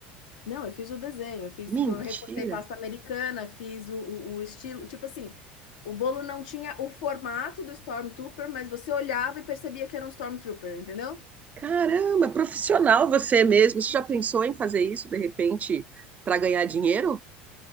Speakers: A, on the left (about 75°); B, on the right (about 30°).
A: Não, eu fiz o desenho, eu fiz,
B: Mentira.
A: eu recortei pasta americana, fiz o, o, o estilo, tipo assim, o bolo não tinha o formato do Stormtrooper, mas você olhava e percebia que era um Stormtrooper, entendeu?
B: Caramba, profissional você mesmo. Você já pensou em fazer isso de repente para ganhar dinheiro?